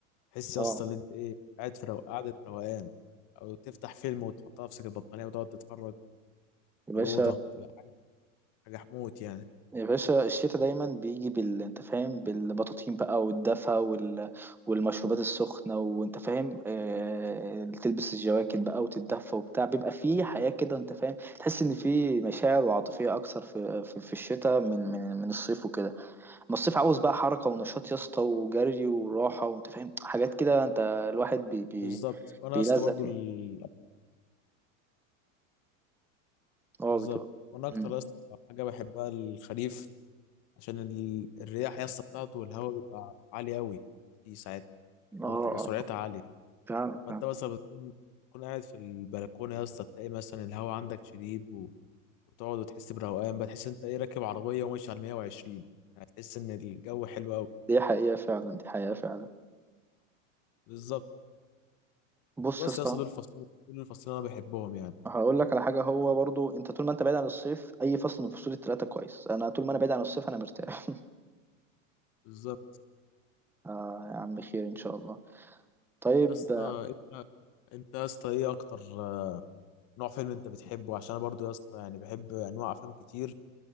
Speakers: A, on the left (about 45°); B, in the centre.
A: تحس يا
B: أه
A: اسطى ان انت ايه قاعد في رو... قاعده روقان او تفتح فيلم وتحط على نفسك البطانيه وتقعد تتفرج
B: يا باشا
A: الأوضة تبقى حاجة حموت يعني
B: يا باشا الشتاء دايما بيجي بال انت فاهم بالبطاطين بقى والدفا وال... والمشروبات السخنة وانت فاهم آه... تلبس الجواكت بقى وتتدفى وبتاع بيبقى فيه حياة كده انت فاهم تحس ان فيه مشاعر وعاطفية اكثر في في, في الشتاء من من من الصيف وكده اما الصيف عاوز بقى حركة ونشاط يا اسطى وجري وراحة وانت فاهم حاجات كده انت الواحد بي... بي...
A: بالظبط وأنا
B: بيلزق
A: يا اسطى برضو
B: فيها
A: ال...
B: اه
A: بالظبط
B: بتبقى
A: وأنا أكتر
B: مم.
A: يا اسطى حاجة بحبها الخريف عشان ال... الرياح يا اسطى بتاعته والهواء بيبقى عالي أوي دي ساعات
B: <coughs> اه
A: أو بتبقى سرعتها
B: اه
A: عالية
B: فعلا
A: فأنت
B: فعلا
A: مثلا بتكون تكون قاعد في البلكونة يا اسطى تلاقي مثلا الهواء عندك شديد و... وتقعد وتحس بروقان بقى تحس أنت إيه راكب عربية وماشي على 120 يعني تحس إن الجو حلو أوي
B: دي حقيقة فعلا دي حقيقة فعلا
A: بالظبط
B: بص
A: بس
B: يا اسطى
A: يا اسطى دول الفصلين دول الفصلين أنا بحبهم يعني
B: هقول لك على حاجه هو برضو انت طول ما انت بعيد عن الصيف اي فصل من فصول الثلاثه كويس انا طول ما انا بعيد عن الصيف انا مرتاح
A: بالظبط
B: <laughs> يا عم خير ان شاء الله طيب
A: يا اسطى
B: آه،
A: انت انت يا اسطى ايه اكتر آه، نوع فيلم انت بتحبه عشان انا برضه يا اسطى يعني بحب انواع افلام كتير